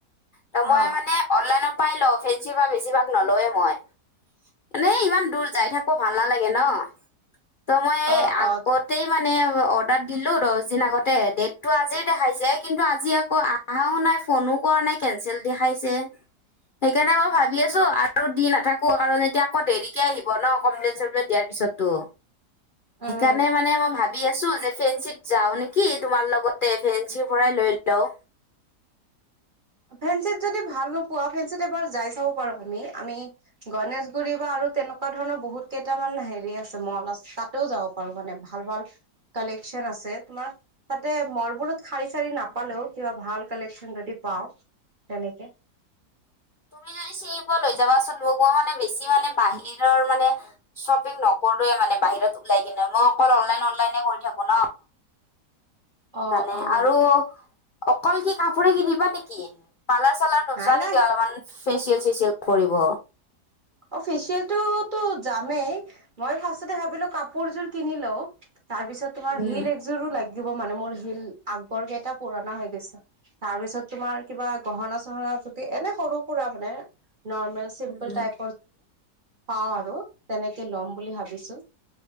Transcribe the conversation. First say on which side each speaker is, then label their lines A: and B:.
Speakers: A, on the left; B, on the right.
A: ত মই
B: অ
A: মানে অনলাইন চাই লও ফেঞ্চিৰ পৰা বেছিভাগ নল‌ও এ মই মানে ইমান দূৰ যাই থাকো ভাল নালাগে ন ত মই এই
B: অ
A: আগতে
B: অ
A: অৰ্ডাৰ দিলো দহ দিন আগতে ডেটটো আজি দেখাইছে কিন্তু আজি আকৌ অহাও নাই ফোনো কৰা নাই কেনচেল দেখাইছে সেইকাৰণে মই ভাবি আছো আৰু দি নথাকো কাৰণ এতিয়া আকৌ দেৰিকে আহিব ন কমপ্লেইন চমপ্লেন দিয়াৰ পি পিছো সেইকাৰণে
B: উম
A: মানে ম ভাবি আছো যে ফেঞ্চিত যাও নেকি তোমাৰ লগতে ফেঞ্চিৰ পৰাই লৈ লও
B: ফেঞ্চি যদি ভাল নোপোৱা ফেঞ্চিত এবাৰ যাই চাব পাৰো আমি আমি গনেশগুৰি বা আৰু তেনেকুৱা ধৰণৰ বহুত কেইটামান হেৰি আছে মল আছে তাতেও যাব পাৰো মানে ভাল ভাল কলেকশ্যচন আছে তোমাৰ তাতে মলবোৰত শাৰী চাৰি নাপালেও কিবা ভাল কালেকশ্যন যদি পাওঁ তেনেকে
A: তুমি যদি চিনি পোৱা লৈ যাবা চুন মোক মই মানে বেছি মানে বাহিৰৰ মানে শ্বপিং নকৰোৱে মানে বাহিৰত উওলাই কিনে মই অনলাইন অনলাইনে কৰি থাকো ন সেইকাৰণে
B: অ অ
A: আৰু অকল কি কাপোৰে কিনিবা নেকি পালাৰ চালাৰ নোযোৱা
B: নাই
A: নেকি
B: নাই
A: অলপমান ফেচিয়েল চেচিয়েল কৰিব
B: অ ফেচিয়েলটোতো যামেই মই ফাৰ্ষ্টততে ভাবিলো কাপোৰযোৰ কিনি লওঁ তাৰ পিছত তোমাৰ
A: উম,
B: শিল একযোৰো লাগিব মানে মোৰ শিল আগৰ কেইটা পুৰণা হৈ গৈছে। তাৰ পিছত তোমাৰ কিবা গহনা চহনা প্ৰতি এনে সৰু সুৰা মানে নৰ্মেল চিম্পল
A: উম।
B: টাইপ, পাও আৰু তেনেকে লম বুলি ভাবিছো